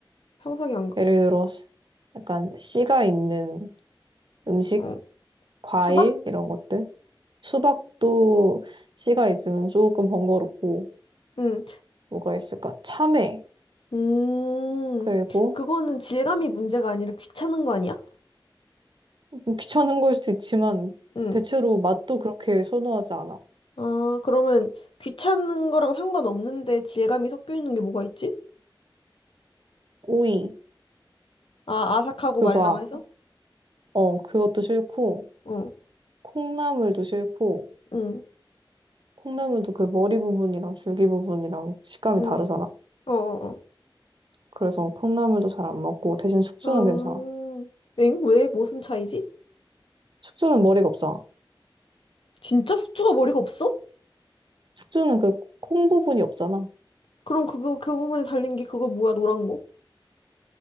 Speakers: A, on the left (about 85°); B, on the right (about 65°).
A: 상상이 안 가.
B: 예를 들어, 씨- 약간 씨가 있는 음식,
A: 어.
B: 과일,
A: 수박?
B: 이런 것들. 수박도 씨가 있으면 조금 번거롭고,
A: 응.
B: 뭐가 있을까? 참외.
A: 음.
B: 그리고
A: 그거는 질감이 문제가 아니라 귀찮은 거 아니야?
B: 좀 귀찮은 걸 수도 있지만,
A: 응.
B: 대체로 맛도 그렇게 선호하지 않아.
A: 아, 그러면 귀찮은 거랑 상관없는데 질감이 섞여 있는 게 뭐가 있지?
B: 오이,
A: 아, 아삭하고
B: 그거,
A: 말랑해서?
B: 어, 그것도 싫고,
A: 어
B: 콩나물도 싫고,
A: 응,
B: 콩나물도 그 머리 부분이랑 줄기 부분이랑 식감이
A: 응,
B: 다르잖아.
A: 어, 어,
B: 그래서 콩나물도 잘 안 먹고 대신 숙주는
A: 어. 아,
B: 괜찮아.
A: 엥? 왜? 무슨 차이지?
B: 숙주는 머리가 없잖아.
A: 진짜 숙주가 머리가 없어?
B: 숙주는 그 콩 부분이 없잖아.
A: 그럼 그거, 그 부분에 달린 게 그거 뭐야, 노란 거?